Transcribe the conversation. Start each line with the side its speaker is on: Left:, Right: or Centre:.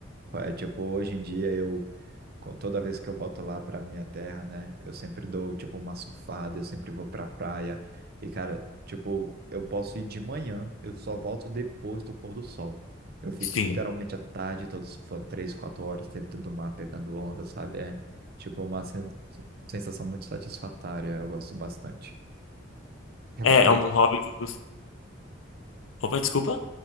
Right: É tipo, hoje em dia eu, co- toda vez que eu volto lá pra minha terra, né, eu sempre dou, tipo, uma surfada, eu sempre vou pra praia, e cara, tipo, eu posso ir de manhã, eu só volto depois do pôr do sol. Eu fico
Left: sim.
Right: literalmente a tarde todo surfando, três, quatro horas dentro do mar, pegando onda, sabe? É, tipo, uma sen- sensação muito satisfatória, eu gosto bastante. Recomendo,
Left: É, é um hobby que eu gosto. Opa, desculpa.